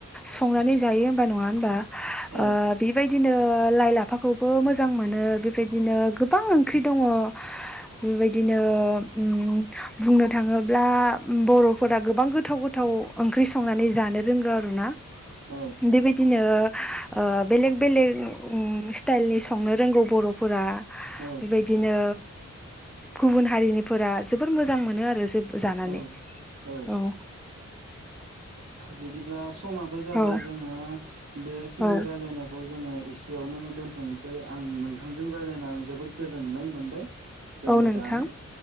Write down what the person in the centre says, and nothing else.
संनानै जायो हमबा नङा हमबा
बेबायदि बिदिनो लाइ लाफाखौबो मोजां मोनो बिदिनो गोबां ओंख्रि दङ बेबायदिनो उम बुंनो थाङो ब्ला बर'फोरा गोबां गोथाव गोथाव ओंख्रि संनानै जानो रोंगौ आर ना।
बेबायदिनो ओ ओ बेलेग बेलेक स्टाइलनि संनो रोंगौ बर'फोरा।
बेबायदिनो गुबुन हारिनिफोरा जोबोर मोजां मोनो आरो जो जानानै
औव।
औ
औ
औ नोंथां